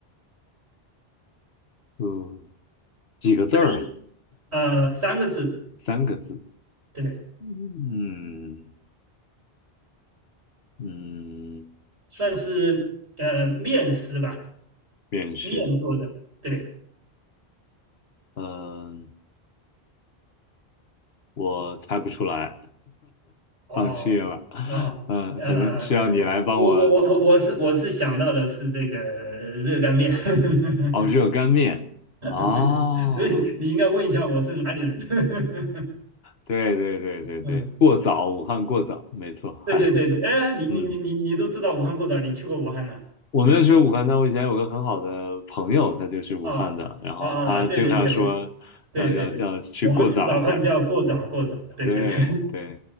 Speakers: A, on the left (about 70°); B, on the right (about 85°).
A: 呃，几个字儿啊？
B: 可以呃三个字，
A: 三个字。
B: 对，
A: 嗯嗯，
B: 算是呃面食吧，
A: 面试，
B: 面做的，对。
A: 嗯，我猜不出来，
B: 哦哦哦，
A: 放弃了。<laughs>
B: 哦，
A: 嗯，
B: 呃，
A: 可能需要你来帮我。
B: 我我我我我是我是想到的是这个热干面，<laughs>
A: 哦，热干面。
B: 对对对，
A: 哦，
B: 所以你应该问一下我是哪里人。<laughs>
A: 对对对对对，
B: 嗯，
A: 过早，武汉过早，没错。
B: 对对对对，
A: 嗨，
B: 哎，你你你你你都知道武汉过早，
A: 嗯。
B: 你去过武汉了
A: 我没有去武汉，但我以前有个很好的朋友，他就是武汉的，
B: 啊啊啊！
A: 然后他经常说要要要去过早一下，
B: 对对对，我对对，我们吃早饭叫过早过早，对对对，
A: 对对，